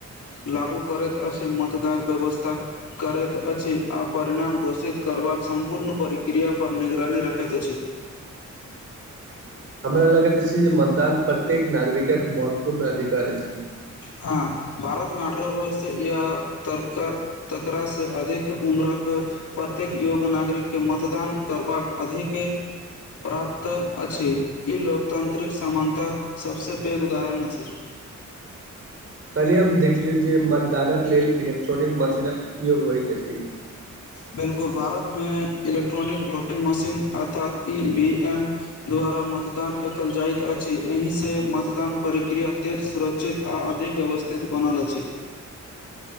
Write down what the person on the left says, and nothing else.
लागू करैत अछि मतदान व्यवस्था करैत अछि आ परिणाम घोषित करबाक सम्पूर्ण प्रिक्रिया पर निगरानी रखैत अछि
हँ भारतमे अठारह वर्ष या तकरा से अधिक उम्रक प्रत्येक युग नागरिकके मतदान करबाक अधिक प्राप्त अछि ई लोकतंत्रिक समानताक सभसँ पैघ उदाहरण अछि
बिलकुल भारत मे इलेक्ट्रॉनिक वोटिंग मशीन अर्थात ई वी एम द्वारा मतदान एकत्र जाइत अछि एहिसँ मतदान प्रक्रिया तेज सुरक्षित आ अधिक व्यवस्थित बनल अछि <inaudible>